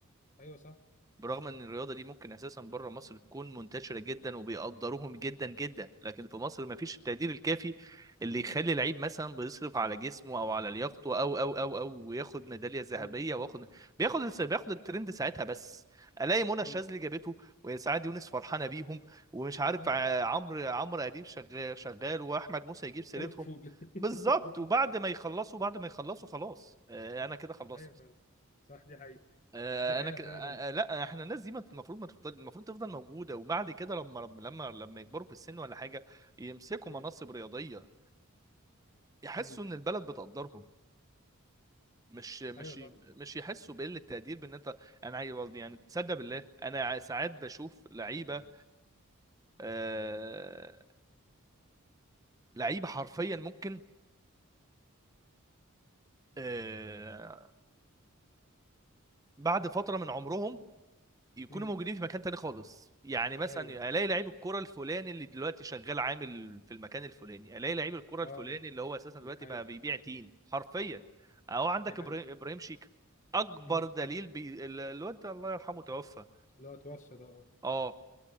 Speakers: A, on the left (about 35°); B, on the right (about 15°).
A: ايوه صح
B: برغم ان الرياضه دي ممكن اساسا بره مصر تكون منتشره جدا وبيقدروهم جدا جدا لكن في مصر ما فيش التقدير الكافي اللي يخلي لعيب مثلا بيصرف على جسمه او على لياقته او او او او وياخد ميداليه ذهبيه
A: مم.
B: واخد بياخد بياخد الترند ساعتها بس الاقي منى الشاذلي
A: مم.
B: جابته وسعاد يونس فرحانه بيهم ومش عارف
A: صح
B: ع- عمرو عمرو اديب شغال شغال واحمد موسى يجيب سيرتهم
A: كلفول
B: بالظبط
A: <laughs>
B: وبعد ما يخلصوا بعد ما يخلصوا خلاص آه، انا كده خلصت
A: ايوه فعلا صح دي حقيقة
B: آه،
A: دي حقيقة
B: انا ك...
A: فعلا
B: آه، آه، لا احنا الناس دي ما- المفروض ما تفضل المفروض تفضل موجوده وبعد كده لما لما لما يكبروا في السن ولا حاجه يمسكوا
A: مم.
B: مناصب رياضيه يحسوا
A: مم.
B: ان البلد بتقدرهم مش مش
A: ايوه صح
B: مش يحسوا بقله تقدير بان انت انا عايز- يعني تصدق بالله انا ع- ساعات
A: مم.
B: بشوف لعيبه
A: تمام.
B: آه... لعيبه حرفيا ممكن آه... بعد فتره من عمرهم يكونوا
A: مم.
B: موجودين في مكان تاني خالص يعني مثلا
A: ايوه
B: الاقي لعيب الكرة الفلاني اللي دلوقتي شغال عامل في المكان الفلاني الاقي لعيب الكرة
A: اه
B: الفلاني اللي هو اساسا دلوقتي
A: دي حقيقة
B: بقى بيبيع تين حرفيا او عندك
A: دي حقيقة
B: ابراهيم ابراهيم شيك اكبر
A: مم.
B: دليل بي... ال- الواد ده الله يرحمه توفى
A: لا اتوصى ده اه
B: اه